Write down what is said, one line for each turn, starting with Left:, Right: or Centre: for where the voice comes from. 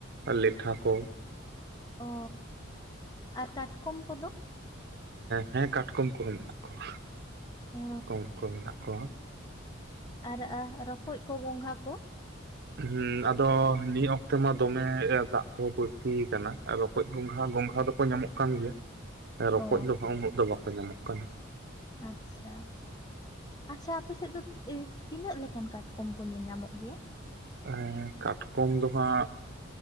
Right: ᱟᱨ ᱞᱮᱴᱷᱟ ᱠᱚ᱾
Left: ᱚ ᱟᱨ ᱠᱟᱴᱠᱚᱢ ᱠᱚᱫᱚ
Right: ᱦᱮᱸ ᱠᱟᱴᱠᱚᱢ ᱠᱚᱦᱚᱸ ᱢᱮᱱᱟᱜ ᱠᱚᱣᱟ
Left: ᱚ
Right: ᱢᱮᱱᱟᱜ ᱠᱚ ᱢᱮᱱᱟᱜ ᱠᱚᱣᱟ᱾
Left: ᱟᱨ ᱮᱸ ᱨᱚᱠᱚᱭ ᱠᱚ ᱜᱚᱸᱜᱷᱟ ᱠᱚ?
Right: ᱦᱮᱸ ᱟᱫᱚ ᱱᱤᱭᱟᱹ ᱚᱠᱛᱮ ᱢᱟ ᱫᱚᱢᱮ ᱫᱟᱜ ᱠᱚᱦ ᱵᱟᱹᱲᱛᱤ ᱟᱠᱟᱱᱟ ᱨᱚ ᱨᱚᱠᱚᱡ ᱜᱚᱝᱜᱷᱟ ᱜᱚᱝᱜᱷᱟ ᱫᱚᱠᱚ ᱧᱟᱢᱚᱜ ᱠᱟᱱ ᱜᱮᱭᱟ ᱨᱚᱠᱚᱡ
Left: ᱚ
Right: ᱫᱚ ᱦᱟᱸᱜ ᱩᱱᱟᱹᱜ ᱫᱚ ᱵᱟᱠᱚ ᱧᱟᱢᱚᱜ ᱠᱟᱱᱟ᱾
Left: ᱟᱪᱪᱷᱟ᱾ ᱟᱪᱪᱷᱟ ᱟᱯᱮᱥᱮᱫ ᱫᱚ ᱛᱤᱱᱟᱹᱜ ᱞᱮᱠᱟᱱ ᱠᱟᱴᱠᱚᱢ ᱠᱚ ᱧᱮᱞ ᱧᱟᱢᱚᱜ ᱜᱮᱭᱟ᱾
Right: ᱮᱸ ᱠᱟᱴᱠᱚᱢ ᱫᱚ ᱦᱟᱸᱜ